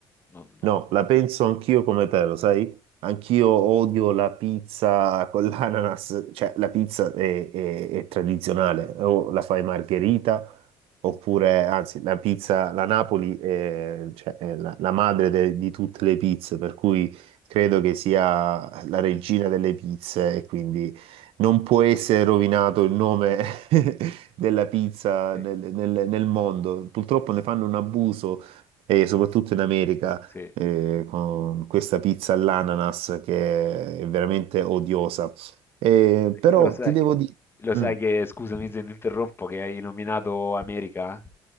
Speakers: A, on the left (about 25°); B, on the right (about 75°).
A: non, no.
B: No, la penso anch'io come te, lo sai? Anch'io odio la pizza con l'ananas, cioè la pizza è, è- è tradizionale, o la fai margherita, oppure anzi la pizza, la Napoli è, cioè, è la, la madre de- di tutte le pizze, per cui credo che sia la regina delle pizze e quindi non può essere rovinato il nome <laughs> della pizza
A: Sì,
B: nel nel- nel mondo. Purtroppo ne fanno un abuso e soprattutto in America
A: sì.
B: eh, con questa pizza all'ananas che è veramente odiosa. Eh,
A: Eh,
B: però
A: Lo sai,
B: ti devo dire...
A: lo sai
B: Mm,
A: che, scusami se ti interrompo, che hai nominato America?